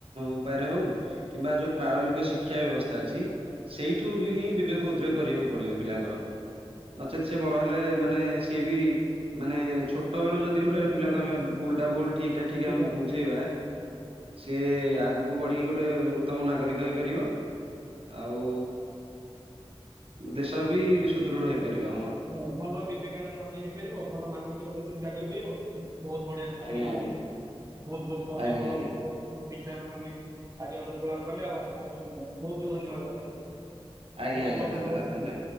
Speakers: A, on the right (about 65°); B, on the right (about 35°).
A: ଉପାୟରେ ହଉ କିମ୍ବା ଯୋଉ ପ୍ରାରମ୍ଭିକ ଶିକ୍ଷା ବ୍ୟବସ୍ଥା ଅଛି ସେଇଠୁ ବି ହିଁ ବେକୁ ଉଦ୍ରେକ କରିବାକୁ ପଡିବ ପିଲାଙ୍କର ନଚେତ ସେି ବଡ ହେଲେ ମାନେ ସିଏ ବି ମାନେ ଛୋଟ ବେଳୁ ଯଦି
B: ନିଶ୍ଚିତ
A: ଗୋଟେ ପିଲାକୁ ଆମେ ଭୁଲ ଟା ଭୁଲ ଠିକ ଟା ଠିକ ଆମେ
B: ଭାବେ
A: ବୁଝେଇବା। ସି ଆଗକୁ ବଢ଼ିକି ଗୋଟେ ଉତ୍ତମ ନାଗରିକ ହେଇପାରିବ ଆଉ ଦେଶ ବି ସୁଦୃଢ ହେଇପାରିବ ଆମର।
B: ହଁ ଭଲ ବିବେକାନୁ ଆମେ ହେଇପାରିବ ଭଲ ମାନସିକତା ଚିନ୍ତା କରିପାରିବ ବହୁତ ବଢିଆ। ଆଗେ
A: ଆଜ୍ଞା
B: କହିଲା <unintelligible>
A: ଆଜ୍ଞା
B: ବହୁତ ବହୁତ ଧନ୍ୟ
A: ଆଜ୍ଞା
B: ଭଲ
A: ଆଜ୍ଞା
B: <unintelligible> ବିଚାରକୁ ଆମେ ଏଇଠି ଆଜି ଅନୁଶୀଳନ କଲେ ଆଉ ଆଲୋଚନା କଲେ ବହୁତ ବହୁତ ଧନ୍ୟବାଦ ଆପଣଙ୍କୁ।
A: ଆଜ୍ଞା
B: ହୋଟେଲ
A: ଆଜ୍ଞା
B: <unintelligible> ଖାଇବାକୁ
A: ଧନ୍ୟବାଦ
B: ଭଲ ଲାଗେନି।
A: ଧନ୍ୟବାଦ।